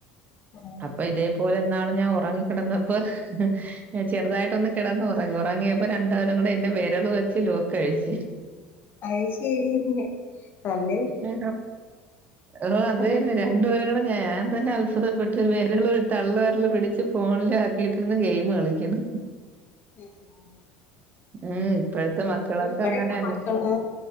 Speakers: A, on the left; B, on the right.
A: ആഹ്
B: അപ്പൊ ഇതേ. തുപോലെ ന്നാള് ഞാൻ ഉറങ്ങി കിടന്നപ്പോഞാൻ ചെറുതായിട്ടൊന്ന്. കിടന്ന് ഉറങ്ങി ഉറങ്ങിയപ്പോ രണ്ടപേരും കൂടെ എന്റെ വിരള് വെച്ച് ലോക്കഴിച്.
A: അത് ശരി നല്ല
B: ആ ആണോഅത്
A: ബിരുദന്മാരാണല്ലോ
B: തന്നരാ. രണ്ടുപേരും കൂടെ ഞാൻ തന്നെ അത്ഭുതപ്പെട്ട് വേരള് തള്ളവരള് പിടിച്ച് ഫോണില ആക്കിട്ടിരുന്ന് ഗെയിം കളിക്ണ്.
A: ഉം.
B: ഉം ഇപ്പോഴത്തെ മക്കളൊക്കെ
A: ഇവിടെയൊക്കെ
B: അങ്ങനെന്നെ.
A: മക്കൾ ആ